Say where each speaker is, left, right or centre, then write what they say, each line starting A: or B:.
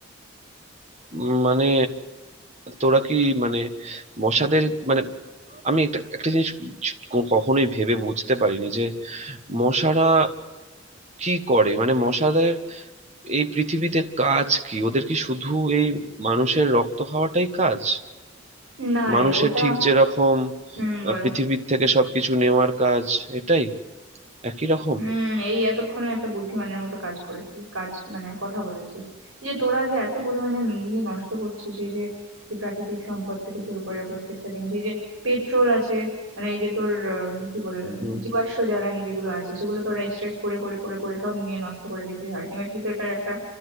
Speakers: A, on the right; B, on the right.
A: উম, মানে তোরা কি মানে মশাদের মানে আমি একটা একটা জিনিস ক- কখনোই ভেবে বুঝতে পারিনি যে মশারা কি করে মানে মশাদের এই পৃথিবীতে কাজ কি ওদের কি শুধু এই মানুষের রক্ত খাওয়াটাই কাজ
B: না
A: মানুষের
B: রে ওটা
A: ঠিক যেরকম আহ,
B: হুম বল
A: পৃথিবীর থেকে সবকিছু নেওয়ার কাজ এটাই একই রকম
B: হুম এই এতক্ষণে একটা বুদ্ধিমানের মতো কাজ করেছিস কাজ মানে কথা বলেছিস এই যে তোরা যে এত পরিমাণে নিয়ে নষ্ট করছিস সেই যে যে প্রাকৃতিক সম্পদ থেকে শুরু করে প্রত্যেকটা জিনিস এই যে পেট্রোল আছে মানে এই যে তোর উম, কি বল
A: হুম
B: জীবাশ্ম জ্বালানি যেগুলো আছে সেগুলো তোরা এক্সট্রাক্ট করে করে করে করে সব নিয়ে নষ্ট করে দিচ্ছিস আলটিমেটলি তো এটার একটা